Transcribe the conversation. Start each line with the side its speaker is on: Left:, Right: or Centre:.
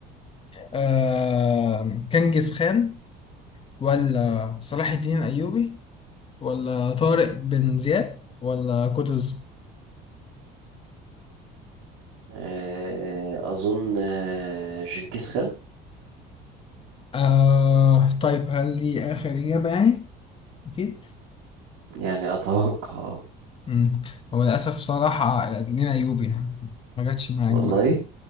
Left: آه، كنجز خان ولا صلاح الدين الأيوبي ولا طارق بن زياد ولا قطز
Right: آه، اظن آه، جنكيز خان
Left: آه، طيب هل دي آخر إجابة يعني أكيد
Right: يعني اتوقع آه.
Left: مم. هو للأسف صراحة لينا أيوبي يعني. ما جاتش معاك
Right: والله
Left: بقى دي